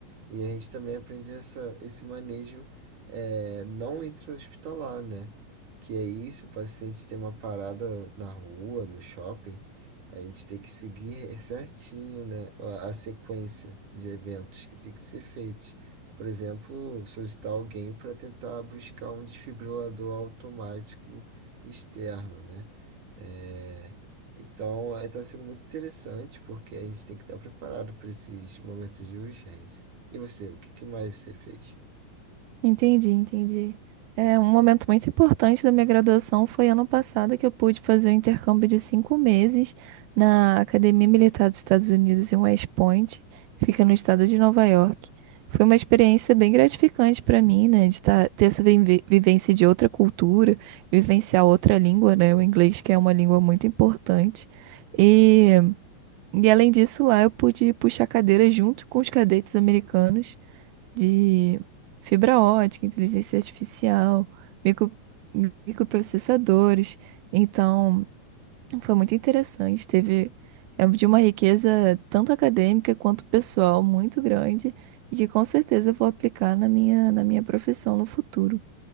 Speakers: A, on the right (about 60°); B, on the right (about 85°).
A: E a gente também aprende essa, esse manejo eh, não intra-hospitalar, né? Que é isso, o paciente tem uma parada na rua, no shopping, a gente tem que seguir certinho, né, a a sequência de eventos que tem que ser feitos. Por exemplo, solicitar alguém para tentar buscar um desfibrilador automático externo, né? É, então, está sendo muito interessante porque a gente tem que estar preparado para esses momentos de urgência. E você, o que que mais você fez?
B: Entendi, entendi. É, um momento muito importante da minha graduação foi ano passado que eu pude fazer um intercâmbio de cinco meses na Academia Militar dos Estados Unidos em West Point, que fica no estado de Nova York. Foi uma experiência bem gratificante para mim, né, de tá- ter essa vive- vivência de outra cultura, vivenciar outra língua, né, o inglês que é uma língua muito importante. E, e além disso, lá eu pude puxar cadeira junto com os cadetes americanos de fibra ótica, inteligência artificial, micro, microprocessadores. Então, foi muito interessante. Teve é de uma riqueza tanto acadêmica quanto pessoal muito grande e que com certeza eu vou aplicar na minha, na minha profissão no futuro.